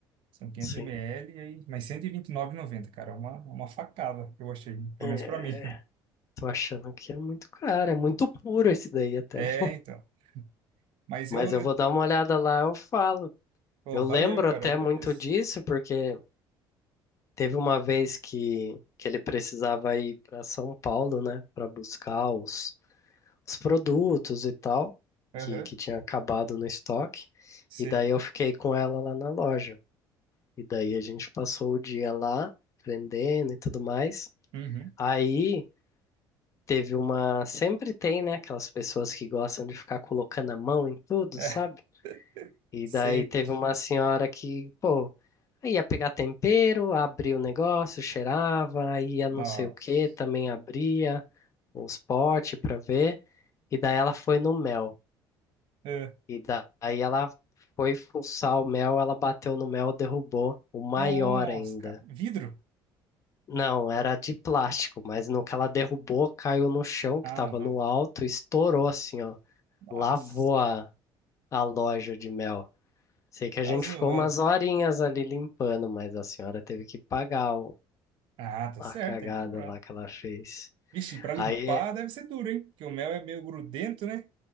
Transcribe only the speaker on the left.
sim.
É,
tô achando que é muito caro, é muito puro esse daí até.
Mas
eu
vou dar uma olhada lá, eu falo.
Eu
lembro
até
muito disso, porque teve uma vez que, que ele precisava ir para São Paulo, né, para buscar os os produtos e tal,
que, que tinha acabado no estoque.
E daí eu fiquei com ela lá na loja. E daí a gente passou o dia lá vendendo e tudo mais.
Aí teve uma. Sempre tem, né? Aquelas pessoas que gostam de ficar colocando a mão em tudo,
sabe?
E daí teve
uma senhora que, pô, aí ia pegar tempero, abria o negócio, cheirava, aí ia não
sei o que, também abria os potes pra ver. E daí ela foi no mel.
E daí ela foi fuçar o mel, ela bateu no mel, derrubou o maior
ainda.
Não, era de plástico, mas no que ela derrubou, caiu no chão
que tava
no alto, estourou assim, ó.
Lavou a, a loja de mel. Sei que a
gente
ficou umas horinhas ali limpando, mas a senhora teve que pagar o-
a
cagada
lá que ela fez.
Aí.